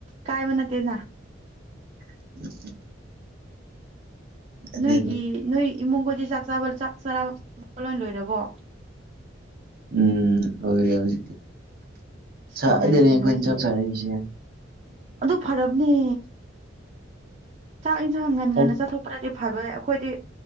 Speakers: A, on the right; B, on the right.
A: ꯀꯥꯏꯕ ꯅꯠꯇꯦꯅ
B: ꯎ <inaudible> ꯑꯗꯨꯅꯤ
A: ꯅꯣꯏꯒꯤ ꯅꯣꯏ ꯏꯃꯨꯡꯒꯗꯤ ꯆꯥꯛ ꯆꯥꯛ ꯆꯥꯔꯥ ꯂꯣꯏ ꯂꯣꯏꯔꯕꯣ
B: ꯎꯝ ꯂꯣꯏꯔꯦ ꯍꯧꯖꯤꯛꯇꯤ ꯉꯁꯥꯢꯗꯅꯦ
A: ꯑꯁ ꯅꯨꯡꯉꯥꯏꯔꯦꯅꯦ
B: ꯑꯩꯈꯣꯏꯅ
A: ꯅꯣꯏꯗꯤ
B: ꯆꯥꯛ ꯆꯥꯔꯤꯁꯦ
A: ꯑꯗꯨ ꯐꯔꯕꯅꯦ ꯆꯥꯛ ꯏꯟꯁꯥꯡ ꯉꯟ
B: ꯆꯥꯛ
A: ꯉꯟꯅ ꯆꯠꯊꯣꯛꯄꯅꯗꯤ ꯐꯕꯅꯦ ꯑꯩꯈꯣꯏꯗꯤ